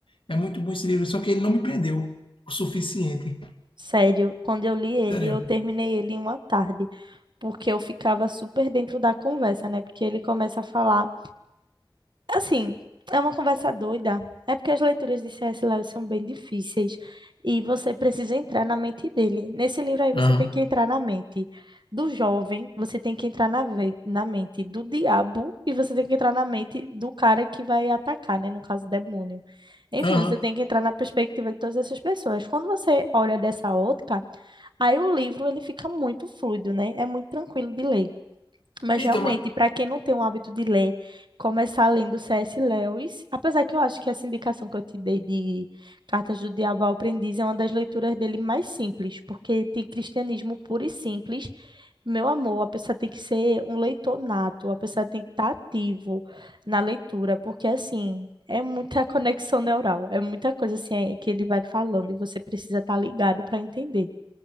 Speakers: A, on the left (about 80°); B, on the right (about 60°).
A: É muito bom esse livro, só que ele não me prendeu o suficiente.
B: sério. Quando eu li ele,
A: Sério.
B: eu terminei ele em uma tarde, porque eu ficava super dentro da conversa, né? Porque ele começa a falar. Assim, é uma conversa doida. É porque as leituras de C S Lewis são bem difíceis e você precisa entrar na mente dele. Nesse livro aí você
A: Aham.
B: tem que entrar na mente do jovem, você tem que entrar na, ve- na mente do diabo e você tem que entrar na mente do cara que vai atacar, né? No caso, demônio. Enfim,
A: Aham.
B: você tem que entrar na perspectiva de todas essas pessoas. Quando você olha dessa ótica, aí o livro ele fica muito fluido, né? É muito tranquilo de ler. Mas
A: Então,
B: realmente,
A: mas,
B: para quem não tem o hábito de ler, começar lendo C.S. Lewis, apesar que eu acho que essa indicação que eu te dei de Cartas do Diabo ao Aprendiz é uma das leituras dele mais simples, porque tem cristianismo puro e simples. Meu amor, a pessoa tem que ser um leitor nato, a pessoa tem que estar ativo na leitura, porque assim, é muita <laughs> conexão neural, é muita coisa assim é, que ele vai falando e você precisa estar ligado para entender.